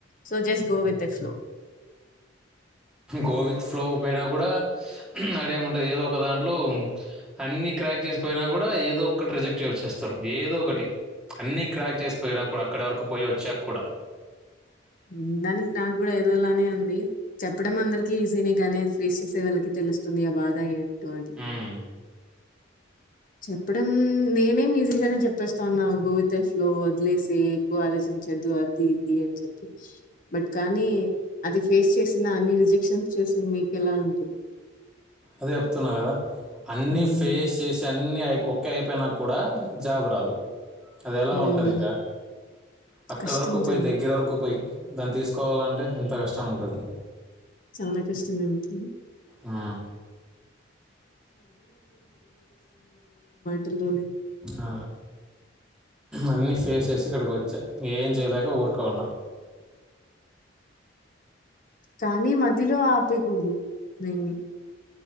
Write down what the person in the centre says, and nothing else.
go with flow పోయినా కూడా అడేముంటది ఏదో ఒక దాంట్లో అన్ని క్రాక్ చేసిపోయినా కూడా ఏదో ఒకటి రిజెక్ట్ వచ్చేస్తారు ఏదో ఒకటి అన్ని క్రాక్ చేసిపోయినా కూడా అక్కడ వరకు పోయి వచ్చాక కూడా
మ్మ్.
అదే చెప్తున్నా కదా అన్ని
ఫేస్ చేసి అన్ని ఐ ఒకే అయిపోయినాక కూడా జాబ్ రాదు అది ఎలా
ఉంటది ఇంకా అక్కడ
వరకు పోయి
దగ్గర వరకు పోయి దాన్ని తీసుకోవాలంటే ఎంత కష్టం ఉంటది
ఆ
ఆ అన్నీ ఫేస్ చేసి ఇక్కడికి వచ్చా ఏం చేయలేక ఊరుకో ఉన్నా